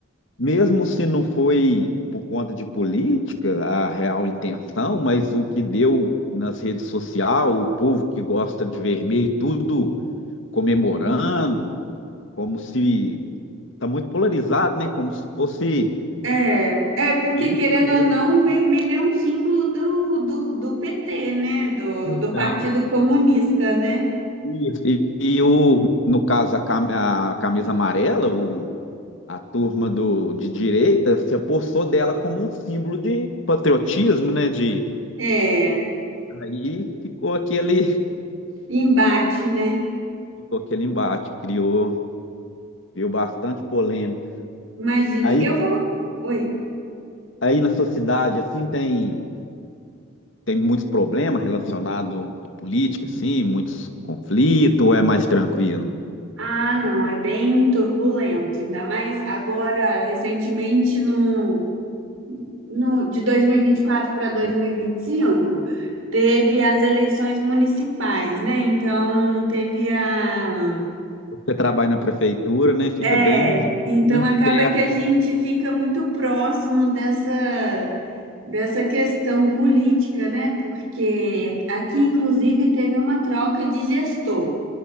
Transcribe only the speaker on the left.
Mesmo se não foi por conta de política a real intenção, mas o que deu nas redes sociais, o povo que gosta de vermelho, tudo comemorando,
como se está muito polarizado, né? Como se fosse
política
mesmo.
Então,
isso. E, e o, no caso, a, cam- a camisa amarela, o, a turma do, de direita se apossou dela como um símbolo de patriotismo, né? De,
aí ficou aquele
ficou aquele embate, criou, criou bastante polêmica.
Aí,
aí na sua cidade, assim, tem, tem muitos problemas relacionados à política, assim, muitos conflitos, ou é mais tranquilo?
Hum.
Você trabalha na prefeitura, né? Fica
bem,
bem
perto.
do-